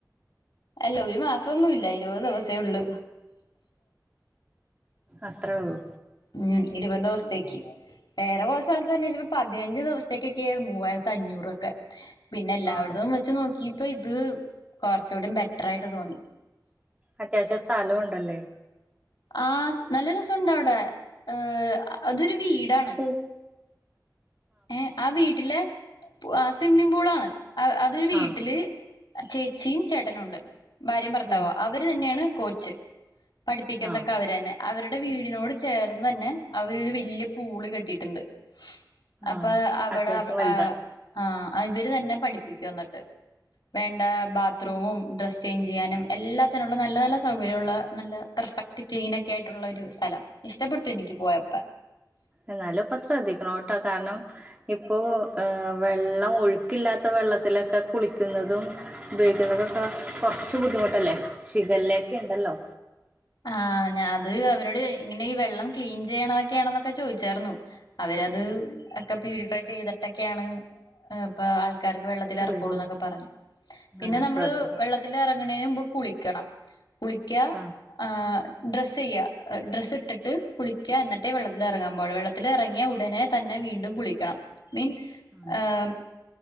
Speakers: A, on the left (about 80°); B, on the right (about 20°).
A: അല്ല ഒരു മാസന്നുല്ല ഇരുപത് ദിവസേ ഉള്ളൂ
B: അത്രേ ഉള്ളൂ
A: ഉം ഇരുപത് ദിവസത്തേക്ക് വേറെ കുറ സ്ഥലത്ത് അന്വേഷിച്ചപ്പോ പതിനഞ്ചച് ദിവസത്തേക്കൊക്കെയ മൂവായിരത്തി അഞ്ഞൂറൊക്കെ പിന്നെ എല്ലായിടത്തും
B: ആണോ
A: വെച്ച് നോക്കിപ്പോ ഇത് കൊറച്ചുകൂടി ബെറ്റർ ആയിട്ട് തോന്നി
B: അത്യാവശ്യ സ്ഥലം ഉണ്ടല്ലേ
A: ആഹ് നല്ല രസണ്ടവിടെ ഏഹ് അതൊരു വീടാണ്
B: ഓഹ്
A: ഏഹ് ആഹ് വീട്ടിലെ സ്വിമ്മിഗ് പൂളാണ് അതൊരു വീട്ടില്
B: ആ
A: ചേച്ചിയും ചേട്ടനും ഉണ്ട് ഭാര്യയും ഭർത്താവ
B: ഉം
A: അവര് തന്നെയാണ് കോച്ച് പഠിപ്പിക്കുന്നതൊക്കെ
B: ആ
A: അവര് തന്നെ അവരുടെ വീടിനോട് ചേർന്ന് തന്നെ അവരൊര് വലിയ പൂള് കെട്ടിയിട്ടുണ്ട്
B: ആ
A: അപ്പൊ അവിടെ
B: അത്യാവശ്യം വലുതാ
A: ആഹ് ആഹ് ഇവര് തന്നെ പഠിപ്പിക്കും എന്നിട്ട് വേണ്ട ബാത്റൂമും
B: ഉം
A: ഡ്രസ് ചേഞ്ച് ചെയ്യാനും എല്ലാത്തിനുള്ള നല്ല നല്ല സൗകര്യള്ള നല്ല പെർഫെക്ട് ക്ലീനൊക്കെ ആയിട്ടുള്ള ഒരു സ്ഥലം ഇഷ്ടപ്പെട്ടു എനിക്ക് പോയപ്പ
B: എന്നാലും ഇപ്പൊ ശ്രദ്ധിക്കണട്ടോ കാരണം ഇപ്പോ ഏഹ് വെള്ളം ഒഴുക്കില്ലാത്ത വെള്ളത്തിലൊക്കെ കുളിക്കുന്നതും ഉപയോഗിക്കുന്നതൊക്കെ കൊറച്ച് ബുദ്ധിമുട്ടല്ലേ ശിഖല്ല ഒക്കെണ്ടല്ലോ
A: ആഹ് ഞാ അത് അവരോട് ഇങ്ങനെ ഈ വെള്ളം ക്ലീൻ ചെയ്യണതൊക്കെയാണെന്നൊക്കെ ചോദിച്ചായിരുന്നു അവരത്
B: ആ
A: ഒക്കെ പ്യൂരിഫൈ ചെയ്തിട്ടൊക്കെയാണ് ഇപ്പ ആൾക്കാർക്ക് വെള്ള വെള്ളത്തിൽ ഇറക്കൂള്ളൂ
B: ഉപയോഗിക്കണം
A: എന്നൊക്കെ പറഞ്ഞു പിന്നെ
B: ആ
A: നമ്മള്
B: ശ്രദ്ധിക്കണം
A: വെള്ളത്തി ഇറങ്ങ്ണീന്റെ മുമ്പ് കുളിക്കണം കുളിക്കാ
B: ആ
A: ആഹ് ഡ്രസ്സ്യ്യ ഡ്രെസ് ഇട്ടിട്ട് കുളിക്ക എന്നിട്ടേ വെള്ളത്തിൽ ഇറങ്ങാൻ പാടൊള്ളു വെള്ളത്തി വെള്ളത്തിൽ ഇറങ്ങിയ ഉടനെ തന്നെ വീണ്ടും കുളിക്കണം മീൻ
B: ആ
A: ഏഹ്